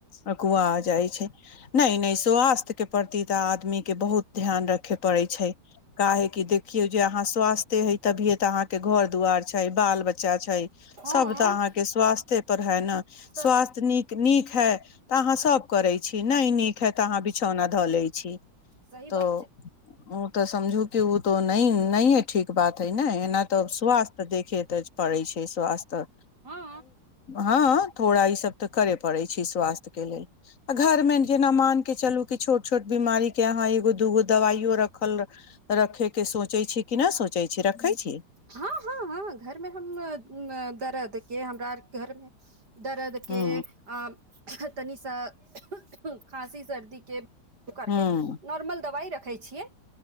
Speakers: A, on the left; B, on the right.
A: अकुआ जाइ छै नहि नहि स्वास्थ्य के प्रति तऽ आदमी के बहुत ध्यान रखे पड़े छै का हे की देखियो जे अहाँ स्वास्थे हे तभिये तऽ अहाँ के घर दुवार छै बाल बच्चा छै
B: हँ
A: सब तऽ अहाँ के स्वास्थे पर हाइ ना
B: तऽ
A: स्वास्थ नीक हय नीक है तऽ अहाँ सब करै छी नहि नीक है तऽ अहाँ बिछौना धऽ लै छी
B: सही
A: त
B: बात छै
A: ओ तऽ समझू कि ओ त नहि नहि ठीक बात है ने एना तऽ स्वास्थ देखेते पड़ै छै स्वास्थ्य
B: हँ
A: हँ थोड़ा ई सब तऽ करे पड़े छै स्वास्थ्य आ घर मे जेना मान के चलू कि छोट छोट बीमारी के अहाँ एगो दूगो दवाइयो रखल रखे के सोचे छी कि नहि सोचे छी रखे छी
B: हँ हँ हँ घरमे हम दरद के हमरा आर घरमे दर्द के
A: हूं
B: आ तनिसन खाँसी सर्दी के ओ करके
A: हूं
B: नॉर्मल दवाइ रखै छियै